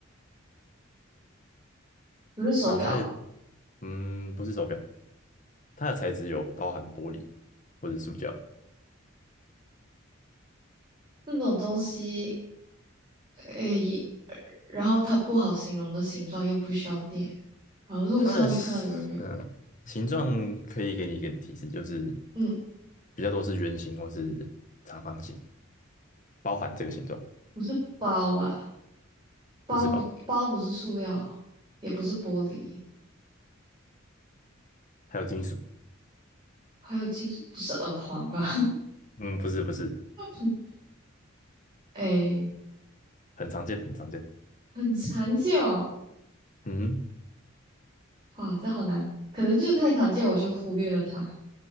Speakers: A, on the right; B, on the left.
A: 不是手表
B: 然后它也，嗯，不是手表，它的材质有包含玻璃或是塑胶，
A: 这种东西，诶，然后它不好形容的形状又不需要电，然后路上会看到有人有，
B: 它的形嗯形状可以给你一点提示，就是
A: 嗯，
B: 比较多是圆形或是长方形，包含这个形状，
A: 不是包吧？包不包不是塑料，
B: 不是宝，
A: 也不是玻璃，
B: 还有金属，
A: 还有金属，不是耳环吧？
B: 嗯，不是不是，
A: <laughs> 诶，
B: 很常见很常见，
A: 很常见哦。
B: 嗯，
A: 哇，这好难，可能就太常见，我就忽略了它。